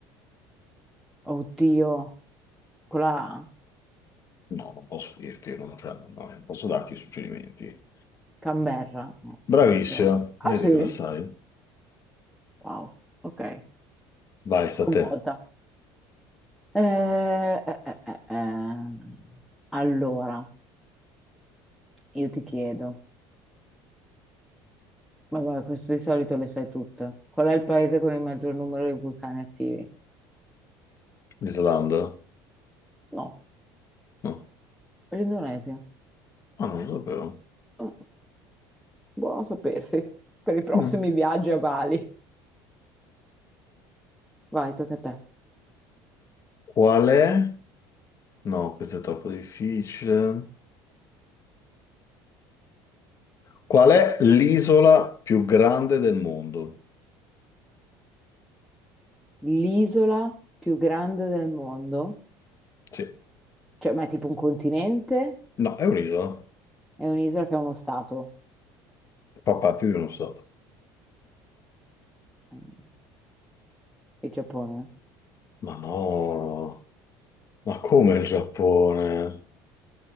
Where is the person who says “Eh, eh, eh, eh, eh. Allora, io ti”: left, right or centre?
Centre